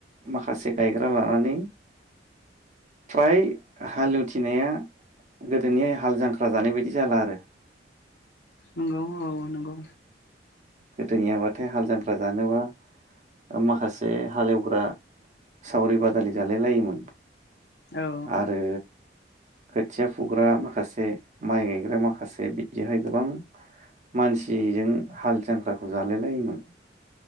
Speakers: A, on the right (about 40°); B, on the left (about 65°).
A: माखासे गायग्रा लानानै फ्राय हालुथिनाया गोदोनि हाल जांख्रा जानाय बायदि जाला आरो
B: नंगौ औ नंगौ।
A: गोदोनियाबाथाय हाल जांख्रा जानोबा माखासे हालेवग्रा सावरि बादालि जालाय लायोमोन।
B: औ
A: आरो खोथिया फुग्रा माखासे माइ गायग्रा माखासे बिदिहाय गोबां मानसिजों हाल जांख्राखौ जालाय लायोमोन।